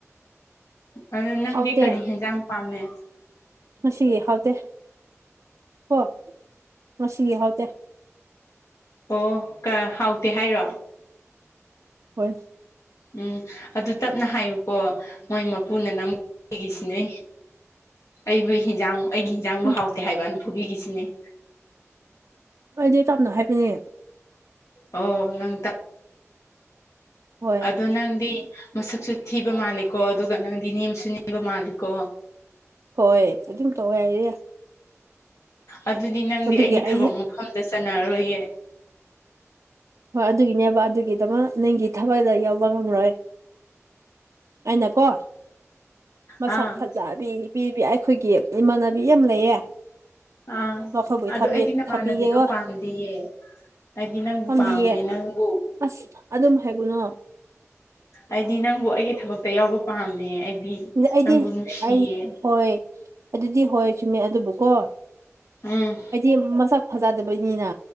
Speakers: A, on the left; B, on the right.
A: ꯑꯗꯨ ꯅꯪꯗꯤ
B: ꯍꯥꯎꯇꯦ
A: ꯀꯔꯤ ꯍꯦꯟꯖꯥꯡ ꯄꯥꯝꯃꯦ
B: ꯉꯁꯤꯒꯤ ꯍꯥꯎꯇꯦ ꯀꯣ ꯉꯁꯤꯒꯤ ꯍꯥꯎꯇꯦ
A: ꯑꯣ ꯀ ꯍꯥꯎꯇꯦ ꯍꯥꯏꯔꯣ
B: ꯍꯣꯏ
A: ꯎꯝ ꯑꯗꯨ ꯇꯞꯅ ꯍꯥꯏꯌꯨꯀꯣ ꯃꯣꯏ ꯃꯄꯨꯅ ꯅꯪꯒꯤꯁꯤꯅꯦ ꯑꯩꯕꯨ ꯍꯟꯖꯥꯡ ꯑꯩꯒꯤ ꯍꯤꯟꯖꯥꯡꯕꯨ
B: ꯎꯝ
A: ꯍꯥꯎꯇꯦ ꯍꯥꯏꯕꯅ ꯐꯨꯕꯤꯈꯤꯁꯤꯅꯦ
B: ꯑꯩꯗꯤ ꯇꯞꯅ ꯍꯥꯏꯕꯅꯦ
A: ꯑꯣ ꯅꯪ ꯇꯞ
B: ꯍꯣꯏ
A: ꯑꯗꯣ ꯅꯪꯗꯤ ꯃꯁꯛꯁꯨ ꯊꯤꯕ ꯃꯥꯜꯂꯤꯀꯣ ꯑꯗꯨꯒ ꯅꯪꯗꯤ ꯅꯦꯝꯁꯨ ꯅꯦꯝꯕ ꯃꯥꯜꯂꯤꯀꯣ
B: ꯍꯣꯏ ꯑꯗꯨꯝ ꯇꯧꯋꯦ ꯍꯥꯏꯗꯤ
A: ꯑꯗꯨꯗꯤ ꯅꯪꯗꯤ
B: ꯑꯗꯨꯒꯤ
A: ꯑꯩꯒꯤ ꯊꯕꯛ
B: ꯑꯩꯗꯤ
A: ꯃꯐꯝꯗ ꯆꯟꯅꯔꯔꯣꯏꯌꯦ
B: ꯍꯣꯏ ꯑꯗꯨꯒꯤꯅꯦꯕ ꯑꯗꯨꯒꯤꯗꯃꯛ ꯅꯪꯒꯤ ꯊꯕꯛꯗ ꯌꯥꯎꯕ ꯉꯝꯔꯣꯏ ꯑꯩꯅꯀꯣ ꯃꯁꯛ
A: ꯑꯥ
B: ꯐꯖꯕꯤ ꯄꯤꯕꯤ ꯑꯩꯈꯣꯏꯒꯤ ꯏꯃꯥꯟꯅꯕꯤ ꯌꯥꯝ ꯂꯩꯌꯦ
A: ꯑꯥ
B: ꯃꯈꯣꯏꯕꯨ
A: ꯑꯗꯣ
B: ꯊꯥꯕꯤ
A: ꯑꯩꯗꯤ ꯅꯃꯥꯟꯅꯕꯤꯗꯣ
B: ꯊꯥꯄꯤꯒꯦꯀꯣ
A: ꯄꯥꯝꯗꯤꯌꯦ ꯑꯩꯗꯤ ꯅꯪꯕꯨ
B: ꯉꯝꯕꯤꯌꯦ
A: ꯄꯥꯝꯃꯦ ꯅꯪꯕꯨ
B: ꯑꯁ ꯑꯗꯨꯝ ꯍꯥꯏꯒꯅꯨ
A: ꯑꯩꯗꯤ ꯅꯪꯕꯨ ꯑꯩꯒꯤ ꯊꯕꯛꯇ ꯌꯥꯎꯕ ꯄꯥꯝꯃꯦ ꯑꯩꯗꯤ
B: ꯑꯩꯗꯤ
A: ꯅꯪꯕꯨ ꯅꯨꯡꯁꯤꯌꯦ
B: ꯑꯩ ꯍꯣꯏ ꯑꯗꯨꯗꯤ ꯍꯣꯏ ꯆꯨꯝꯃꯦ ꯑꯗꯨꯕꯨꯀꯣ
A: ꯎꯝ
B: ꯑꯩꯗꯤ ꯃꯁꯥꯛ ꯐꯖꯥꯗꯕ ꯗꯕꯅꯤꯅ